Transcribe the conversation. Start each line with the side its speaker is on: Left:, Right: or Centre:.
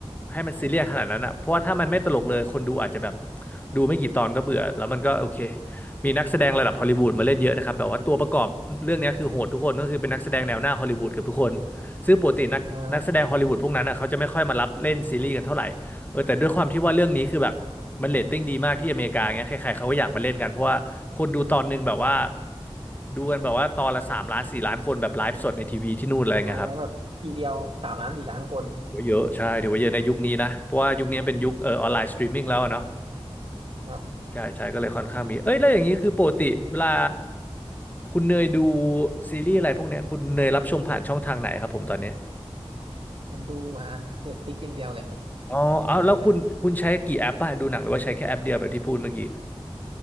Left: ให้มันซีเรียสขนาดนั้นอ่ะเพราะว่าถ้ามันไม่ตลกเลยคนดูอาจจะแบบดูไม่กี่ตอนก็เบื่อแล้วมันก็โอเคมีนักแสดงระดับฮอลลีวูดมาเล่นเยอะนะครับแบบว่าตัวประกอบเรื่องเนี้ยคือโหดทุกคนก็คือเป็นนักแสดงแนวหน้าฮอลลีวูดเกับทุกคน
Right: อม
Left: ซึ่งปกตินักนักแสดงฮอลลีวูดพวกนั้นอ่ะเขาจะไม่ค่อยมารับเล่นซีรีส์กันเท่าไหร่เออแต่ด้วยความที่ว่าเรื่องนี้คือแบบ
Right: อ่า
Left: มันเรตติ้งดีมากที่อเมริกาเงี้ยใครๆเขาก็อยากมาเล่นกันเพราะว่าคนดูตอนหนึงแบบว่าดูกันแบบว่าตอนละสามล้านสี่ล้านคนแบบไลฟ์สดในทีวีที่นู่นอะไรเงี้ยครับ
Right: อ๋อแบบทีเดียวสามล้านสี่ล้านคน
Left: ถือว่าเยอะใช่ถือว่าเยอะในยุคนี้นะเพราะว่ายุคนี้เป็นยุคเอ่อออนไลน์สตรีมมิ่งแล้วอะเนาะ
Right: ครับ
Left: ใช่ใช่ก็เลยค่อนข้างมีเอ้ยแล้วอย่างนี้คือปกติเวลาคุณเนยดูซีรีส์อะไรพวกเนี้ยคุณเนยรับชมผ่านช่องทางไหนครับผมตอนนี้
Right: ผมดูอ่าเน็ตฟลิกอย่างเดียวเลยครับ
Left: อ๋อเอาแล้วคุณคุณใช้กี่แอปป่ะดูหนังหรือว่าใช้แค่แอปเดียวแบบที่พูดเมื่อกี้
Right: ตอนนี้นะครับ